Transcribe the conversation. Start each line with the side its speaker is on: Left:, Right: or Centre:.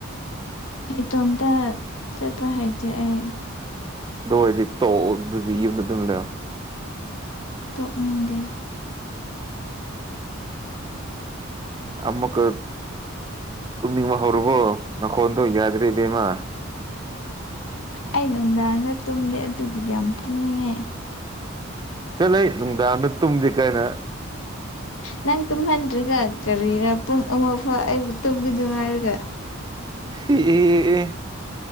Left: ꯏꯇꯣꯝꯇ ꯆꯠꯄ ꯍꯩꯇꯦ ꯑꯩ
Right: ꯗ ꯑꯣꯏꯗꯤ ꯇꯣ ꯑꯗꯨꯗꯤ ꯌꯨꯝꯗ ꯑꯗꯨꯝꯂ
Left: ꯇꯣ ꯎꯒꯤꯦ
Right: ꯑꯃ ꯀ ꯇꯃ ꯍꯔꯕꯨ ꯅꯀꯣꯟꯗ ꯌꯥꯗꯦ ꯑꯗꯨꯦꯕꯃ
Left: ꯑꯩ ꯅꯨꯡꯗꯥꯡꯗ ꯇꯨꯝꯗꯦ ꯑꯗꯨꯒꯤ ꯀ ꯌꯥꯝ ꯇꯨꯝꯅꯤꯡꯉꯦ
Right: ꯆꯠꯂ ꯅꯨꯡꯗꯥꯡꯗ ꯇꯨꯝꯗꯤ ꯀꯥꯏꯅ
Left: ꯅꯪ ꯇꯨꯝꯍꯟꯗ꯭ꯔꯤꯒ ꯀꯔꯤꯔ ꯄꯨꯡ ꯑꯃꯐꯥꯎ ꯑꯩꯕꯨ ꯇꯨꯝꯕꯤꯗꯣ ꯍꯥꯏꯔꯒ
Right: ꯍ ꯑꯦ